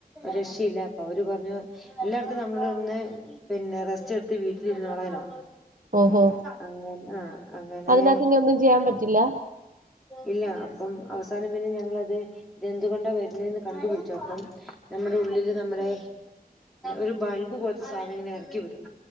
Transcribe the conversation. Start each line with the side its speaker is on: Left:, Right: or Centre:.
Centre: രക്ഷയില്ല അപ്പൊ അവര് പറഞ്ഞു എല്ലായിടത്തും നമ്മൾ <unintelligible> പിന്നെ റെസ്റ്റ് എടുത്ത് വീട്ടി ട്ടിലിരുന്നോളാനാ
Right: ഓഹോ
Centre: അങ്ങനെ ആഹ് അങ്ങനെ
Right: അതിനകത്ത് ഇനി ഒന്നും ചെയ്യാൻ പറ്റില്ല
Centre: ഇല്ല അപ്പം അവസാനം പിന്നെ ഞങ്ങളത് ഇതെന്തുകൊണ്ടാ വരുന്നതെന്ന് കണ്ടുപിടിച്ചു അപ്പം നമ്മുടെ ഉള്ളില് നമ്മുടെ ഒരു ബൾബ് പോലത്തെ സാധനം ഇങ്ങനെ എറക്കി വിടും